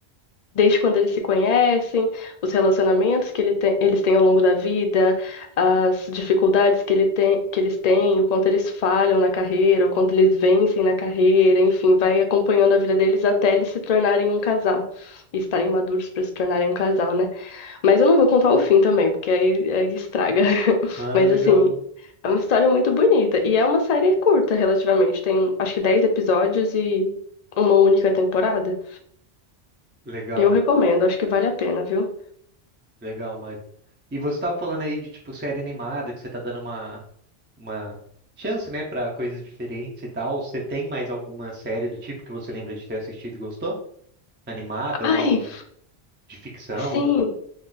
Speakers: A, on the left (about 50°); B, on the right (about 20°).
A: desde quando eles se conhecem, os relacionamentos que ele tem- eles têm ao longo da vida, as dificuldades que, ele tem- que eles têm, o quanto eles falham na carreira, o quanto eles vencem na carreira, enfim, vai acompanhando a vida deles até eles se tornarem um casal. E estarem maduros para se tornarem um casal, né? Mas eu não vou contar o fim também, porque aí, aí estraga. <laughs>
B: Ai,
A: Mas
B: legal.
A: assim, é uma história muito bonita. E é uma série curta, relativamente. Tem acho que 10 episódios e uma única temporada.
B: Legal.
A: Eu recomendo, acho que vale a pena, viu?
B: Legal, Mari. E você estava falando aí de tipo série animada, que você tá dando uma uma chance, né, pra coisas diferentes e tal. Você tem mais alguma série do tipo que você lembra de ter assistido e gostou? Animada
A: Ai,
B: ou de ficção?
A: sim,